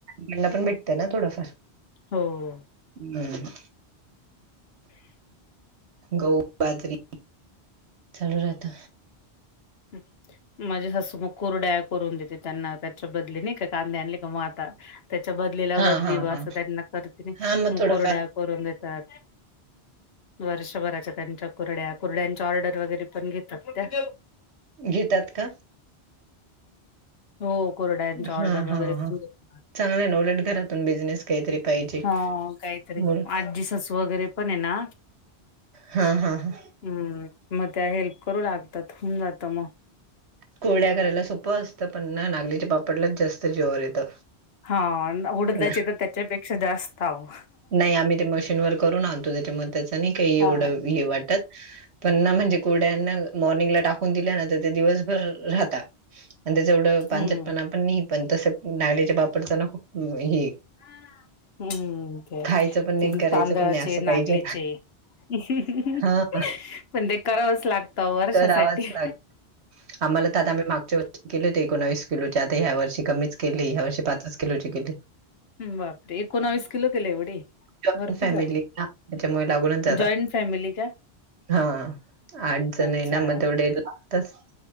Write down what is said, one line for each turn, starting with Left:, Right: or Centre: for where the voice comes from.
Right: गेला तर भेटतंय ना थोडंफार.
Left: हो
Right: हम्. गहू, बाजरी चालू राहत.
Left: हं. माझी सासू मग कुरड्या करून देते. त्यांना त्याच्या बदली नाही का कांद्या आणले का मगं आता. त्याच्या बदलीला
Right: हां,
Left: बदली
Right: हां,
Left: व
Right: हां.
Left: असं त्यांना करतने
Right: हां, मग थोडंफार
Left: कुरड्या करून देतात. वर्षभराच्या त्यांच्या कुरड्या कुरड्यांच्या ऑर्डर वगैरे पण घेतात त्या.
Right: घेतात का?
Left: हो कुरड्यांचा
Right: हां,
Left: ऑर्डर वगैरे
Right: हां, हां.
Left: पण घेतात.
Right: चांगलं आहे ना उलट घरातून बिझनेस काहीतरी पाहिजे.
Left: हा काहीतरी
Right: बोल
Left: आजी सासू वगैरे पण हे ना
Right: हा हा हा.
Left: हम्. मग त्या हेल्प करू लागतात होऊन जातं मग.
Right: कुरड्या करायला सोपं असतं. पण ना नागलीच्या पापडलाच जास्त जिवावर येतं.
Left: हा उडदाचे
Right: ना
Left: तर त्याच्यापेक्षा जास्त आहो
Right: नाही आम्ही ते मशीनवर करून आणतो. त्याच्यामध्ये त्याच नाही काही एवढं
Left: हा
Right: हे वाटत. पण ना म्हणजे कुरुड्याना मॉर्निंगला टाकून दिल्या ना तर ते दिवसभर राहता. आणि त्याच एवढं पानसटपणा
Left: हम्म.
Right: पण नाही. पण तसं नाल्याच्या पापडचा ना खूप हे.
Left: हा. हम्म ते
Right: खायचं पण नाही आणि करायचं
Left: तांदळाचे,
Right: पण नाही असं
Left: नागलीचे
Right: पाहिजे
Left: हम
Right: हां
Left: पण ते करावंच लागत वर्षासाठी.
Right: करावाच लाग आम्हाला तर आता आम्ही मागच्या वर्षी केले होते एकोणावीस किलोचे. आता ह्या वर्षी कमीच केली ह्या वर्षी पाचच किलोची केली.
Left: बापरे, एकोणावीस किलो केले एवढे.
Right: जॉईंट
Left: भरपूर
Right: फॅमिली
Left: झाले
Right: ना त्याच्यामुळे लागूनच जातात.
Left: जॉईंट फॅमिली का?
Right: हा आठ जण
Left: अच्छा
Right: आहे ना मगं तेवढे लागतच.